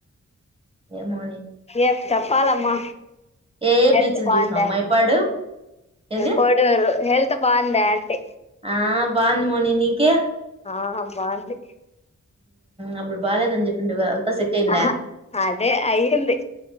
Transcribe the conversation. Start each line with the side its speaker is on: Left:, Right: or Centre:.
Right: ఉ ఏ మార్నింగ్
Left: ఏం చెప్పాలమ్మా
Right: ఏ
Left: హెల్త్
Right: బీచ్లు
Left: బాగుందా
Right: చూసినావు మైపాడు ఏంది
Left: కోడూరు హెల్త్ బాగుందా అంటే
Right: ఆ బాగుంది మోని నీకే
Left: ఆ బాగుంది
Right: అప్పుడు బాలేదు అని చెప్పిండు కదా అంతా సెట్ అయిందా
Left: ఆ అదే అయి్యింది